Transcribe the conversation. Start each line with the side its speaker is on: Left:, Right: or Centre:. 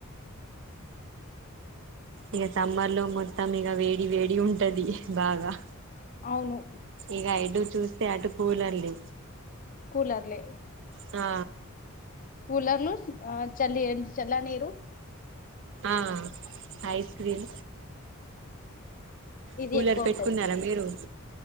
Right: ఇక సమ్మర్ లో మొత్తం ఇక వేడి వేడి ఉంటది బాగా
Left: అవును
Right: ఇగా ఎడు చూస్త తటు పూలండి
Left: కూలర్లే
Right: ఆ
Left: కూలర్లు ఆ చలి చల్లనీరు
Right: ఆ ఐస్ క్రీం
Left: ఇది
Right: కూలర్
Left: ఎక్కువ
Right: పెట్టుకున్నారా మీరు